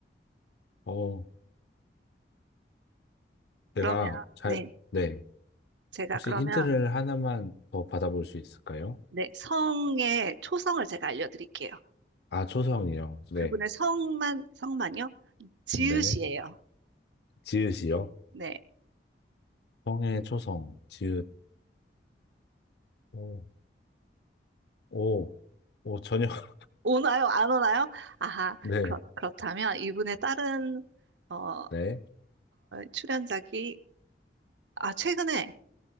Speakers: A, on the left (about 70°); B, on the right (about 85°).
A: 어, 제가
B: 그러면
A: 잘,
B: 네,
A: 네.
B: 제가
A: 혹시
B: 그러면
A: 힌트를 하나만 더 받아볼 수 있을까요?
B: 네, 성의 초성을 제가 알려드릴게요.
A: 아, 초성이요. 네.
B: 그분의 성만 성만요? 지읒이에요.
A: 네. 지읒이요.
B: 네.
A: 성의 초성, 지읒. 오, 오, 오, 전혀. <laughs>
B: 오나요? 안 오나요? 아하,
A: 네.
B: 그렇, 그렇다면 이분의 다른, 어, 어,
A: 네.
B: 출연작이, 아, 최근에